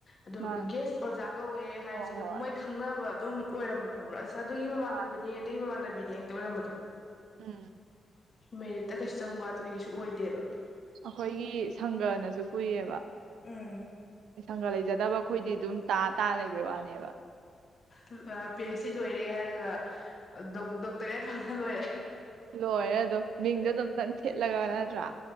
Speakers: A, on the left; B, on the right.
A: ꯑꯗꯨꯝ
B: ꯃꯥꯅꯦ
A: ꯒꯦꯁ ꯑꯣꯖꯥ ꯀꯧꯋꯦ ꯍꯥꯏꯔꯤꯁꯦ
B: ꯍꯣꯏ ꯍꯣꯏ
A: ꯑꯗꯨꯝ ꯃꯣꯏ ꯈꯪꯅꯕ ꯑꯗꯨꯝ ꯑꯣꯏꯔꯝꯕꯗꯣ ꯈꯪꯕꯔꯥ ꯁ ꯑꯗꯨꯒꯤ ꯃꯃꯥꯟꯅꯕꯅꯦ
B: ꯃꯥꯅꯦ
A: ꯑꯗꯨꯒꯤ ꯃꯃꯥꯟꯅꯕꯤ ꯌꯦ ꯍꯦꯛꯇ ꯑꯣꯏꯔꯝꯕꯗꯣ
B: ꯎꯝ
A: ꯃꯦꯔꯤꯠꯇ ꯀꯩꯁꯨ ꯆꯪꯕ ꯑꯗꯨꯗꯤ ꯀꯩꯁꯨ ꯑꯣꯏꯗꯦꯕ
B: ꯑꯩꯈꯣꯏꯒꯤ ꯁꯪꯒꯅꯁꯨ ꯄꯨꯏꯌꯦꯕ
A: ꯎꯝ
B: ꯁꯪꯒꯥ ꯂꯩꯖꯗꯕ ꯑꯩꯈꯣꯏꯗꯤ ꯗꯨꯝ ꯇꯥ ꯇꯥ ꯂꯩꯕꯩ ꯋꯥꯅꯦꯕ
A: ꯎꯝ ꯑ ꯄꯤ ꯍꯩꯆ ꯗꯤ ꯂꯣꯏꯔꯦ ꯍꯥꯏꯔꯒ ꯑ ꯗꯣꯛ ꯗꯣꯛꯇꯔꯦꯠ ꯐꯪꯉ ꯂꯣꯏꯔꯦ
B: ꯂꯣꯏꯔꯦ ꯑꯗꯝ ꯃꯤꯡꯗꯣ ꯑꯗꯨꯝꯟ ꯊꯦꯠꯂꯒ ꯅꯠꯇ꯭ꯔ
A: ꯎꯝ